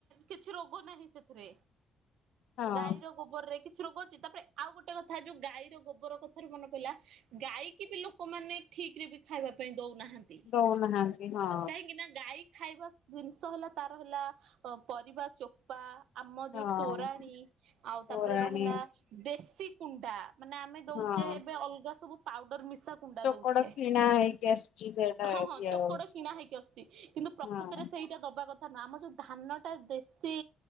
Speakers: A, on the right (about 80°); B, on the left (about 80°).
A: କିଛି ରୋଗ ନାହିଁ ସେଥିରେ
B: ହଁ
A: ଗାଈର ଗୋବରରେ କିଛି ରୋଗ ଅଛି ତାପରେ ଆଉ ଗୋଟେ କଥା ଯୋଉ ଗାଈର ଗୋବର କଥାରୁ ମନେ ପଡିଲା ଗଈ କି ଲୋକ ଲୋକ ମାନେ ଠିକ ରେ ବି ଖାଇବା ପାଇଁ ଦଉ ନାହାନ୍ତି
B: ଦଉନାହାନ୍ତି ହଁ
A: କାହିଁକି ନା ଗାଈ ଖାଇବା ଜିନିଷ ହେଲା ତାର ହେଲା ଅ ପରିବା ଚୋପା ଆମ
B: ହଁ।
A: ଯୋଉ ତୋରାଣୀ ଆଉ
B: ତୋରାଣୀ
A: ତାପରେ ରହିଲା ଦେଶ ସେ କୁଣ୍ଡା ମାନେ ଆମେ ଦଉଛେ
B: ହଁ।
A: ଏବେ ଅଲଗା ସବୁ ପାଉଡର ମିସା କୁଣ୍ଡା
B: ଚୋକଡ
A: ଦଉଛି
B: କିଣା ହେଇକି ଆସୁଛି ସେଇଟା
A: ହଁ ହଁ
B: ଦିଆ
A: ଚୋକଡ
B: ହଉଛି।
A: କିଣା ହେଇକି ଆସୁଛି କିନ୍ତୁ ପ୍ରକୃତରେ
B: ହଁ।
A: ସେଇଟା ଦବା କଥା ଆମ ଯୋଉ ଧାନଟା ଦେଶୀ